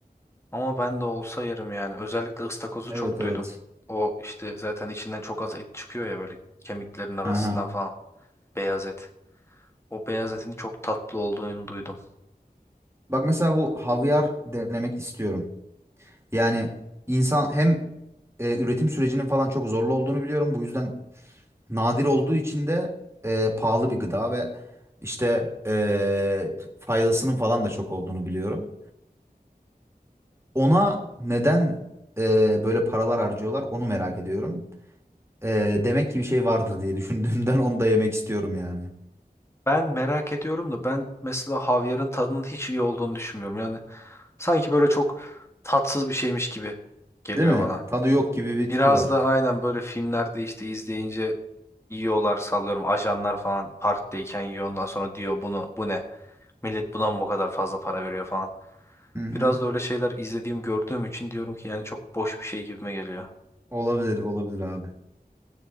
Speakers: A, on the left (about 15°); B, on the right (about 15°).
A: Ama ben de olsa yerim yani. Özellikle ıstakozu
B: Evet
A: çok
B: evet.
A: duydum. O işte zaten içinden çok az et çıkıyor ya böyle kemiklerin arasından
B: Aha.
A: falan. Beyaz et. O beyaz etin çok tatlı olduğunu duydum.
B: Bak mesela bu havyar denemek istiyorum. Yani insan hem e, üretim sürecinin falan çok zorlu olduğunu biliyorum. Bu yüzden Nadir olduğu için de e, pahalı bir gıda ve işte e, faydasının falan da çok olduğunu biliyorum. Ona neden e, böyle paralar harcıyorlar onu merak ediyorum. E, demek ki bir şey vardır diye düşündüğümden <laughs> onu da yemek istiyorum yani.
A: Ben merak ediyorum da ben mesela havyarın tadının hiç iyi olduğunu düşünmüyorum. Yani sanki böyle çok tatsız bir şeymiş gibi geliyor
B: Değil mi?
A: bana.
B: Tadı yok gibi bir
A: Biraz
B: tipi var.
A: da aynen böyle filmlerde işte izleyince yiyorlar sallıyorum ajanlar falan partideyken yiyor ondan sonra diyor bunu bu ne? Millet buna mı bu kadar fazla para veriyor falan.
B: Hı hı.
A: Biraz da öyle şeyler izlediğim gördüğüm için diyorum ki yani çok boş bir şey gibime geliyor.
B: Olabilir, olabilir abi.